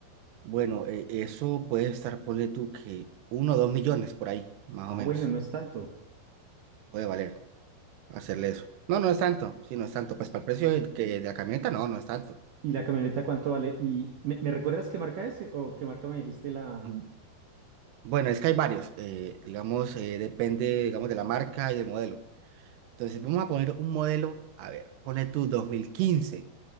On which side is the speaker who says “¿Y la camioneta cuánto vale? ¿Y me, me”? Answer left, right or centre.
Right